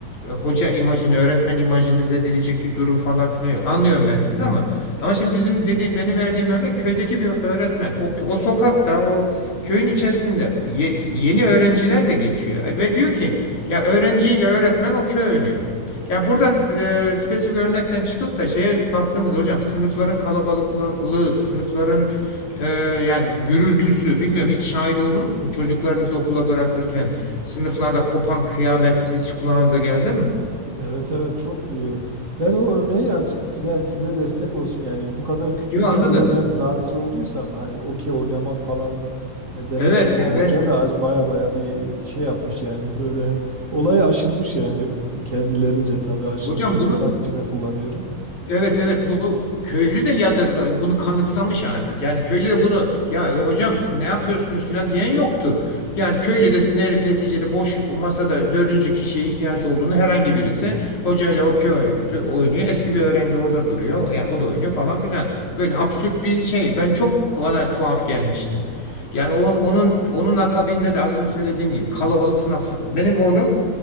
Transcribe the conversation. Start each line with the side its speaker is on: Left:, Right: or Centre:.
Left: e, hoca imajını, öğretmen imajını zedileyecek bir durum falan filan yok. Anlıyorum ben sizi ama ama şimdi bizim dediğim benim verdiğim örnek köydeki bir öğretmen. O, o sokakta, o köyün içerisinde ye- yeni öğrenciler de geçiyor E, ve diyor ki ya öğrenciyle öğretmen o köy oynuyor. Ya buradan e, spesifik örnekten çıkıp da şeye baktığımızda hocam sınıfların kalabalıklığı, sınıfların ee, yani gürültüsü bilmiyorum hiç şahit oldunuz mu? Çocuklarınızı okula bırakırken sınıflarda kopan kıyamet hiç kulağınıza geldi mi?
Right: Evet evet çok duyuyorum. Ben o örneği aç, si-, yani size destek olsun yani bu kadar küçüğünde
Left: Yo anladım.
Right: bile ben rahatsız olduysam hani okey oynamak falan e, demek
Left: Evet
Right: ki o
Left: yani
Right: hoca
Left: ben
Right: da baya baya bir şey yapmış yani böyle olay aşılmış yani kendilerince tabii aşılmışı
Left: hocam
Right: tırnak
Left: bunu
Right: içinde kullanıyorum.
Left: Evet evet bu köylü de yadırga bunu kanıksamış artık. Yani köylü de bunu ya hocam siz ne yapıyorsunuz filan diyen yoktu. Yani köylü de ne- neticede boş o masada dördüncü kişiye ihtiyaç olduğunu herhangi birisi hocayla okey oynuyor, oynuyor. Eski bir öğrenci orada duruyor. Yani o da oynuyor falan filan. Böyle absürt bir şey. Ben çok bana tuhaf gelmişti. Yani o, onun onun akabinde de az önce söylediğim gibi kalabalık sınav. Benim oğlum